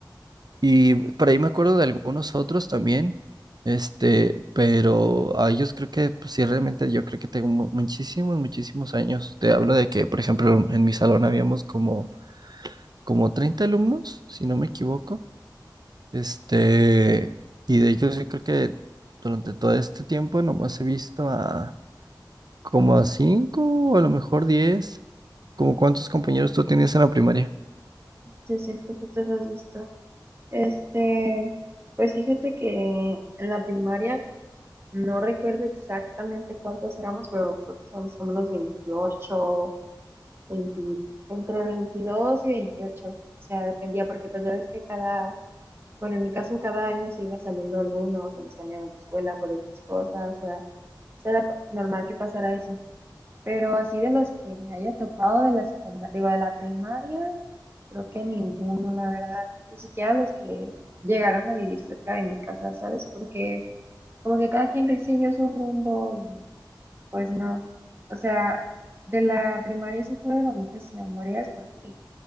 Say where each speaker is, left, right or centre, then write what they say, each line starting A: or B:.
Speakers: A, on the right; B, on the right.
A: Y por ahí me acuerdo de algunos otros también, este, pero a ellos creo que, pues sí, realmente yo creo que tengo mu- muchísimos, muchísimos años. Te hablo de que, por ejemplo, en mi salón habíamos como, como 30 alumnos, si no me equivoco, este, y de ellos yo creo que durante todo este tiempo nomás he visto a como a 5 o a lo mejor 10 como cuántos compañeros tú tenías en la primaria.
B: Yo siempre que te has visto. Este, pues fíjate que en la primaria no recuerdo exactamente cuántos éramos, pero creo que éramos como unos veintiocho 20 entre 22 y veintiocho O sea, dependía, porque pues ya ves que cada Bueno, en mi caso, cada año se iba saliendo algunos, o los cambiaban de escuela por X cosas, o sea, era pa- normal que pasara eso. Pero así de los que me haya topado de la secundaria, digo, de la primaria, creo que ninguno, la verdad. Ni siquiera los que llegaron a vivir cerca de mi casa, ¿sabes? Porque como que cada quien siguió su rumbo y pues no. O sea, de la primaria sí tuve bonitas memorias porque